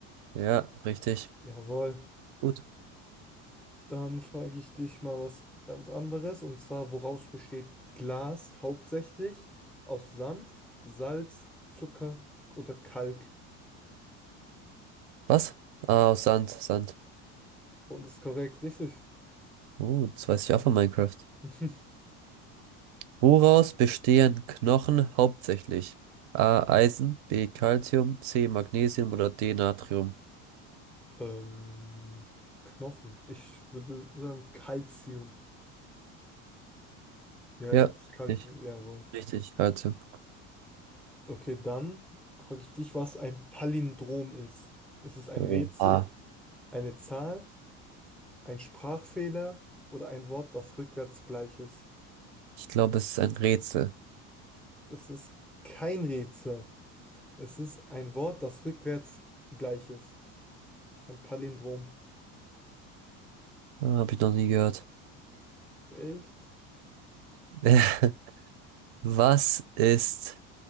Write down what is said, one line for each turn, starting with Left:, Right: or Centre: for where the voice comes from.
Right: Ja, richtig.
Centre: Jawohl.
Right: Gut.
Centre: Dann frage ich dich mal was ganz anderes. Und zwar, woraus besteht Glas hauptsächlich? Aus Sand, Salz, Zucker oder Kalk?
Right: Was? Ah, aus Sand, Sand.
Centre: Und ist korrekt, richtig?
Right: Oh, das weiß ich auch von Minecraft.
Centre: <laughs>
Right: Woraus bestehen Knochen hauptsächlich? A, Eisen, B, Calcium, C, Magnesium oder D, Natrium?
Centre: Ähm, Knochen. Ich würde sagen Calcium. Ja,
Right: Ja,
Centre: es muss Kalzium,
Right: richtig.
Centre: jawohl.
Right: Richtig, Calcium.
Centre: Okay, dann frage ich dich, was ein Palindrom ist. Ist es ein
Right: Oh,
Centre: Rätsel,
Right: ah.
Centre: eine Zahl, ein Sprachfehler oder ein Wort, das rückwärts gleich ist?
Right: Ich glaube, es ist ein Rätsel.
Centre: Es ist kein Rätsel. Es ist ein Wort, das rückwärts gleich ist. Ein Palindrom.
Right: Ah, Habe ich noch nie gehört.
Centre: Echt?
Right: <laughs> Was ist